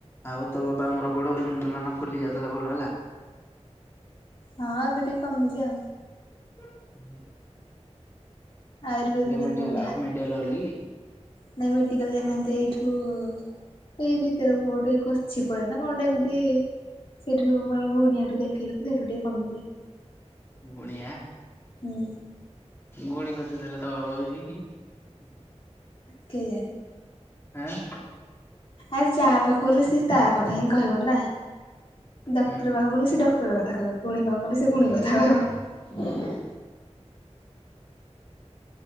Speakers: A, on the left (about 20°); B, on the left (about 50°).
A: ଆଉ ତୋ ବାବାଙ୍କର ଗୋଡ ବିନ୍ଧୁଥୁଲା ନା ଫୁଲି ଯାଉଥୁଲା ଭଲ ହେଲା?
B: ହଁ ଏବେ ଟିକେ କମିଚି ଆଉ।
A: ଉଁହୁଁ।
B: ଆୟୁର୍ବେଦିକରେ
A: ମେଡିକାଲ
B: କମିଲା
A: ଆଉ ମେଡିକାଲ ଗଲେ
B: ନାଇଁ
A: କି?
B: ମେଡିକାଲ ଯାଇନାହାନ୍ତି ଏଇଠୁ ଏଇ ଭିତରକୁ ଗୋଟେ ଗଛିପୁରା ନା କଣ ଗୋଟେ ଏମିତି ସେଇଠୁ ମାନେ ଗୁଣିଆଠୁ ଦେଖେଇଲୁତ ସେଇଠୁ ଟିକେ କମିଚି।
A: ଗୁଣୀଆ
B: ହୁଁ
A: ଗୁଣୀ କତିରେ ଦେଲେ ତ <unintelligible> କି।
B: କେଜାଣି।
A: ଆଁ
B: ଆରେ ଯାହା ପାଖକୁ ଗଲେ ସିଏ ତା କଥା ହିଁ କହିବ ନା। ଡକ୍ତର
A: ହୁଁ
B: ପାଖକୁଗଲେ ସେ ଡକ୍ତର କଥା କହିବ ଗୁଣି ପାଖକୁ ସିଏ ଗୁଣି କଥା କହିବ।